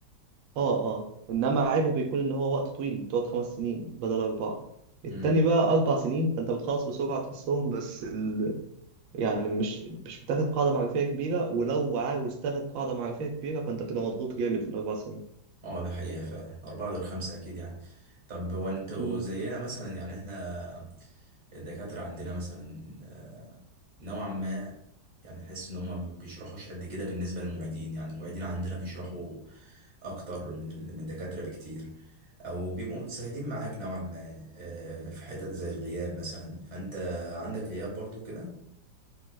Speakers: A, on the right (about 80°); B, on the right (about 65°).
A: آه آه إنما عيبه بيكون إن هو وقت طويل تقعد خمس سنين بدل أربعة التاني
B: مم.
A: بقى أربع سنين فأنت بتخلص بسرعة تحسهم بس ال... يعني مش مش بتاخد قاعدة معرفية كبيرة ولو عاوز تاخد قاعدة معرفية كبيرة فأنت بتبقى مضغوط جامد في الأربع سنين
B: اه ده حقيقه فعلا اربعه غير خمسه اكيد يعني طب هو انت
A: مم.
B: زينا مثلا يعني احنا الدكاترة عندنا مثلا آه، نوعا ما يعني تحس إن هما ما بيشرحوش قد كده بالنسبة للمعيدين يعني المعيدين عندنا بيشرحوا أكتر من ال- من الدكاترة بكتير أو بيبقوا متساهلين معاك نوعا ما آه، في حتت زي الغياب مثلا فأنت عندك غياب برضو كده